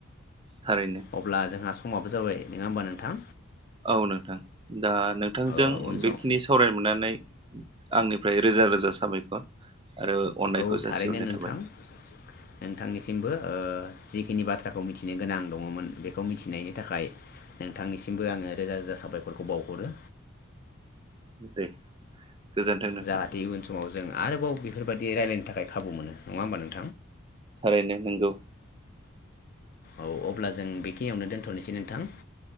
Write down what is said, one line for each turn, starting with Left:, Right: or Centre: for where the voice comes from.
Right: थारैनो
Left: अब्ला जोंहा स <unintelligible> माबो जाबाय नङा होमबा नोंथां
Right: औ नोंथां दा नोंथांजों
Left: ओ उन सम
Right: बेखिनि सावराय मोननानै आंनिफ्राय रोजा रोजा साबायखर आरो अननायखौ
Left: औ थारैनो
Right: जासिहरनाय
Left: नोंथां
Right: थाबाय
Left: नोंथांनिसिमबो। ओ जिखिनि बाथ्राखौ मिथिनो गोनां दङमोन बेखौ मिथिनायनि थाखाय नोंथांनिसिमबो आंङो रोजा रोजा साबायखरखौ बावहरो
Right: दे गोजोनथों नोंथां
Left: जाहाथे इयुन समाव जों आरोबाव बेफोरबायदि रायलायनो थाखाय खाबु मोन नङा होमबा नों
Right: थारैनो नंगौ
Left: औ अब्ला जों बेखिनियावनो दोन्थनोसै नोंथां